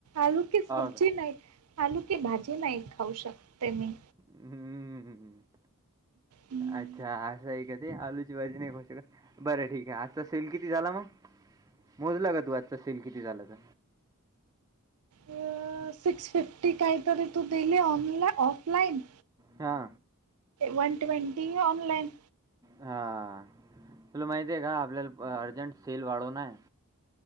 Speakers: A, on the right; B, on the right.
A: आलू की सब्जी
B: का
A: नाही. आलू की भाजी नाही खाऊ शकते मी.
B: हम्म.
A: हम्म.
B: अच्छा, असं आहे का ते, आलूची भाजी नाही खाऊ शकत. बरं. ठीक आहे. आजचा सेल किती झाला मग? मोजला का तू आजचा सेल किती झाला ते?
A: अ सिक्स फिफ्टी काहीतरी तू दिले ऑन ऑफलाईन.
B: हा.
A: One twenty online.
B: हा. तुला माहितीय का आपल्याला अर्जंट सेल वाडून हाय.